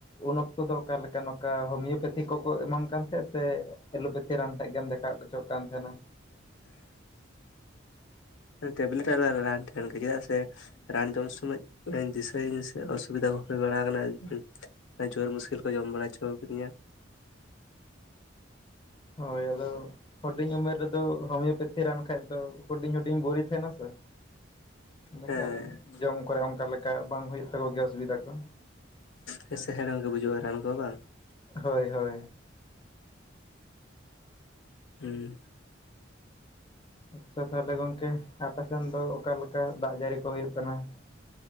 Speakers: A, on the left (about 25°); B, on the left (about 80°).
A: ᱩᱱ ᱚᱠᱛᱚ ᱫᱚ ᱚᱠᱟᱞᱮᱠᱟ ᱱᱚᱠᱟ ᱦᱳᱢᱤᱭᱳᱯᱮᱛᱷᱤ ᱠᱚᱠᱚ ᱮᱢᱟᱢ ᱠᱟᱱ ᱛᱟᱦᱮᱸᱫ ᱥᱮ ᱮᱞᱳᱯᱮᱛᱷᱤ ᱨᱟᱱ ᱴᱷᱮᱜ ᱜᱮᱢ ᱫᱮᱠᱷᱟᱣᱮᱫ ᱠᱚ ᱛᱟᱦᱮᱸᱼᱟ? ᱪᱚᱜ ᱠᱟᱱ ᱛᱟᱦᱮᱱᱟ᱾
B: ᱦᱮᱸ ᱴᱮᱵᱞᱮᱴ ᱨᱟᱱᱟᱱ ᱪᱮᱫᱟᱜ ᱥᱮ ᱨᱟᱱ ᱡᱚᱢ ᱥᱚᱢᱚᱭ ᱫᱤᱥᱟᱹᱭᱟᱹᱧ ᱥᱮ ᱚᱥᱩᱵᱤᱫᱟ ᱠᱚ ᱦᱩᱭ ᱵᱟᱲᱟ ᱟᱠᱟᱱᱟ ᱾ ᱡᱳᱨ ᱢᱩᱥᱠᱤᱞ ᱠᱚ ᱡᱚᱢ ᱵᱟᱲᱟ ᱦᱚᱪᱚᱣ ᱠᱟᱫᱤᱧᱟ᱾
A: ᱦᱳᱭ ᱾ ᱟᱫᱚ ᱦᱩᱰᱤᱧ ᱩᱢᱮᱨ ᱨᱮᱫᱚ ᱦᱳᱢᱤᱭᱳᱯᱮᱛᱷᱤ ᱨᱟᱱ ᱠᱷᱟᱡ ᱫᱚ ᱦᱩᱰᱤᱧ ᱦᱩᱰᱤᱧ ᱵᱳᱨᱤ ᱛᱟᱦᱮᱱᱟ ᱛᱚ ᱾ ᱮᱸᱱᱮ
B: ᱦᱮᱸ
A: ᱠᱷᱟᱱ ᱡᱚᱢ ᱠᱚᱨᱮ ᱚᱱᱠᱟ ᱞᱮᱠᱟ ᱵᱟᱝ ᱦᱩᱭᱩᱜ ᱛᱟᱠᱚ ᱜᱮᱭᱟ ᱚᱥᱩᱵᱤᱫᱟ ᱠᱚ ᱾
B: ᱦᱮᱸ ᱥᱮ ᱦᱮᱲᱮᱢ ᱜᱮ ᱵᱩᱡᱩᱜᱼᱟ ᱨᱟᱱ ᱠᱚ ᱵᱟᱝ ᱾
A: ᱦᱳᱭ, ᱦᱳᱭ ᱾
B: ᱦᱩᱸ᱾
A: ᱟᱪᱪᱷᱟ ᱛᱟᱦᱚᱞᱮ ᱜᱚᱝᱠᱮ ᱟᱯᱮ ᱥᱮᱱ ᱫᱚ ᱚᱠᱟᱞᱮᱠᱟ ᱫᱟᱜ ᱡᱟᱹᱲᱤ ᱠᱚ ᱦᱩᱭᱩᱜ ᱠᱟᱱᱟ